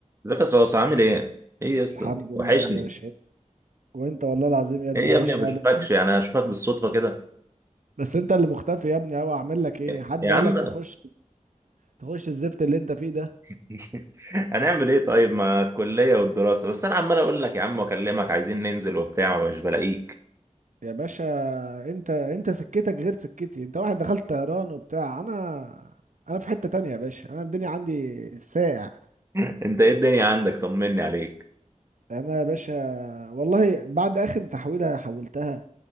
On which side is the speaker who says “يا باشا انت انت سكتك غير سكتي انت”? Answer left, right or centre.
Right